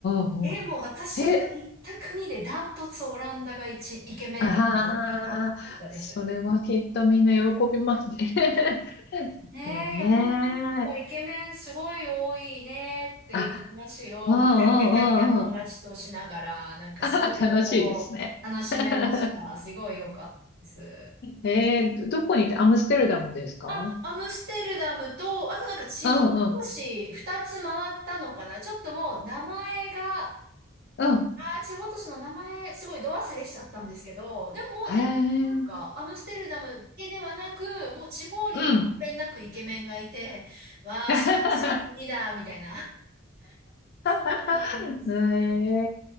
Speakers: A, on the left; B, on the right.
A: んうんうん。
B: え、もう私が行った国でダントツオランダが一、
A: せ、
B: イケメンで高かったです。
A: ああ、それはきっとみんな喜びますね。<laughs>
B: ねえ、
A: いいね。
B: いや、本当になんかイケメンすごい多いねっていう話を、
A: あ、うんうんうんうん。
B: もうキャッキャキャッキャ友達としながら、なんかすごい旅行楽しめました。
A: <laughs> あ、楽しいですね。<laughs>
B: すごい良かったです。
A: ええ、どこにいて、アムステルダムですかうん
B: あ、アムステルダムと、あとなんか地方都市二つ回ったのかな。
A: うん
B: ちょっともう名前が、
A: うん。
B: あー、地方都市の名前、すごいど忘れしちゃったんですけど、でももう全然なんか、
A: へえ、うん、
B: アムステルダムだけではなく、もう地方にもまんべんなくイケメンがいて、
A: うん。
B: わあ、
A: <laughs>
B: 素晴らしい国だ、みたいな。<laughs> そうなんですよ。
A: <laughs> え